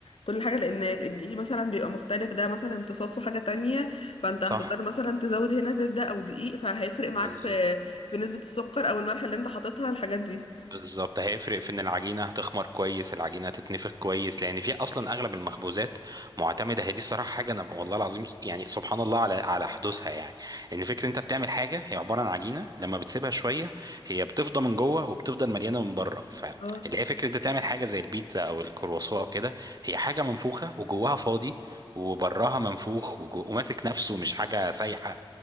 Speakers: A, on the left; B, on the right.
A: كل حاجة لأن الدقيق مثلا بيبقى مختلف ده مثلا امتصاصه حاجة تانية فانت
B: صح
A: هتضطر مثلا تزود هنا زبدة أو دقيق فهيفرق معاك
B: بالظبط
A: في في نسبة السكر أو الملح اللي انت حاططها الحاجات دي
B: بالظبط هيفرق في ان العجينه هتخمر كويس العجينه هتتنفخ كويس لان في اصلا اغلب المخبوزات معتمده هي دي الصراحه حاجه انا والله العظيم يعني سبحان الله على على حدوثها يعني ان فكره انت بتعمل حاجه هي عباره عن عجينه لما بتسيبها شويه هي بتفضى من جوه وبتفضل مليانه من بره فاللي
A: اه
B: هي فكره انت تعمل حاجه زي البيتزا او الكرواسون او كده هي حاجه منفوخه وجواها فاضي وبراها منفوخ وجو... وماسك نفسه مش حاجه سايحه